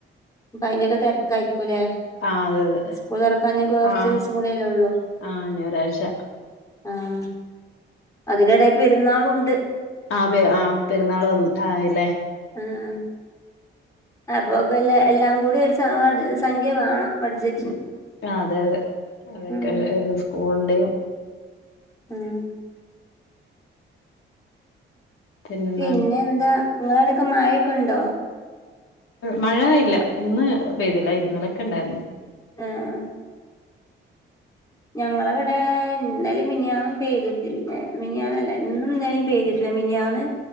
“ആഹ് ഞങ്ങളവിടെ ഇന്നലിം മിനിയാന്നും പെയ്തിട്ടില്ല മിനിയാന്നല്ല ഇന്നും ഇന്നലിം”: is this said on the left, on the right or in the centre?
Left